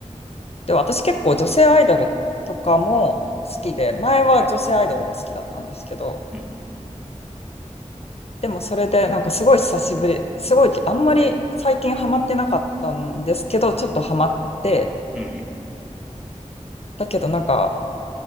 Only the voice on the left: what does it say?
で、私結構女性アイドルとかも好きで、前は女性アイドルが好きだったんですけど、
でもそれでなんかすごい久しぶり、すごいあんまり最近ハマってなかったんですけど、ちょっとハマって、
だけどなんか